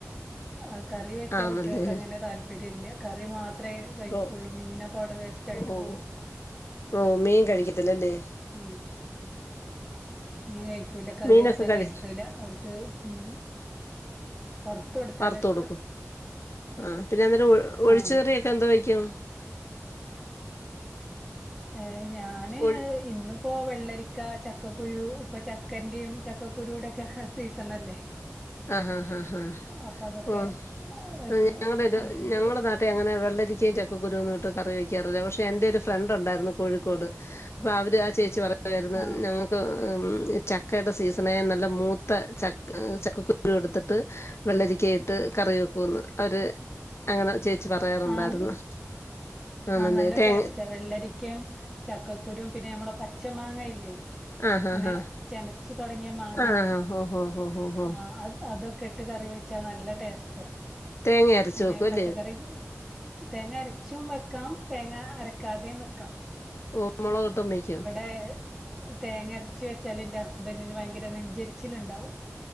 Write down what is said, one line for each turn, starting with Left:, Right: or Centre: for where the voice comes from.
Centre: ആഹ് കറി വെച്ചാ
Left: ആണല്ലേ
Centre: കുട്ടിയാൾക്കങ്ങനെ താല്പര്യല്ല കറി മാ ത്രേ കഴിക്കൊള്ളൂ
Left: ഓ
Centre: മീനപ്പവടെ വേസ്റ്റായിട്ട്
Left: ഓ
Centre: പോവും.
Left: ഓ മീൻ കഴിക്കത്തില്ല അല്ലേ?
Centre: ഉം മീൻ കഴിക്കൂല കറി
Left: മീനൊക്കെ
Centre: വെച്ചാ
Left: കഴി
Centre: കഴിക്കൂല ഓല്ക്ക് ഉം വറുത്ത് കൊടുത്താലാ
Left: വറത്ത്
Centre: ഇഷ്ടം
Left: കൊടുക്കും ആഹ് പിന്നെന്തേലും ഒഒഴിച്ചു
Centre: ആഹ്
Left: കറി എന്തോ വെയ്ക്കും?
Centre: ഏഹ് ഞാന്
Left: ഒഴി
Centre: ഇന്ന് ഇപ്പോ വെള്ളരിക്ക, ചക്കക്കുരു ഇപ്പോ ചക്കൻ്റിം ചക്കക്കുരൂടൊക്കെ സീസണല്ലേ. <unintelligible>
Left: അഹ് അഹ് അഹ്
Centre: അപ്പൊ അതൊക്കെ
Left: ഓഹ്
Centre: വെക്കും
Left: ഞങ്ങടൊരു
Centre: അങ്ങനെയൊക്കെ
Left: ഞങ്ങട നാ അങ്ങനെ വെള്ളരിക്കയും ചക്കക്കുരുവൊന്നുവിട്ട് കറി വെക്കാറില്ല. പക്ഷെ എന്റെ ഒരു ഫ്രണ്ട്ണ്ടായിരുന്നു കോഴിക്കോട് അപ്പൊ അവര് ആഹ് ചേച്ചി പറ യാരുന്നു
Centre: ആഹ്
Left: ഞങ്ങക്ക് അ് ചക്കയുടെ സീസണേ നല്ല മൂത്ത ചക് ചക്ക കു രു എടുത്തിട്ട് വെള്ളരിക്കയിട്ട് കറി വെക്കുന്ന്. അവര് അങ്ങനെ ചേച്ചി പറയാറുണ്ടായിരുന്നു.
Centre: ആഹ്
Left: ആണല്ലേ
Centre: ആഹ് നല്ല
Left: തേങ്ങ
Centre: ടേസ്റ്റാ വെള്ളരിക്കേം ചക്കക്കുരും പിന്നെ നമ്മളെ പച്ച മാങ്ങ ഇല്ലേ
Left: ആ ഹാ
Centre: ഇങ്ങനെ
Left: ഹാ
Centre: ചെനച്ച് തൊടങ്ങിയ മാങ്ങ
Left: ആ ഹോ ഹോ ഹോ ഹോ ഹോ
Centre: ആഹ് അത് അതൊക്കെ ഇട്ട് കറി വെച്ചാ നല്ല ടേസ്റ്റാ
Left: തേങ്ങ അരച്ച്
Centre: ഇങ്ങനെ
Left: വെക്കും
Centre: പച്ചക്കറി
Left: അല്ലേ
Centre: തേങ്ങ അരച്ചും വെക്കാം, തേങ്ങ അരക്കാതെയും വെക്കാം.
Left: ഓഹ് മൊളകിട്ടും വെക്കും?
Centre: ഏഹ് തേങ്ങരച്ച് വെച്ചാല് ഇന്റെ ഹസ്ബൻ്റിന് ഭയങ്കര നെഞ്ചെരിച്ചിലുണ്ടാവും.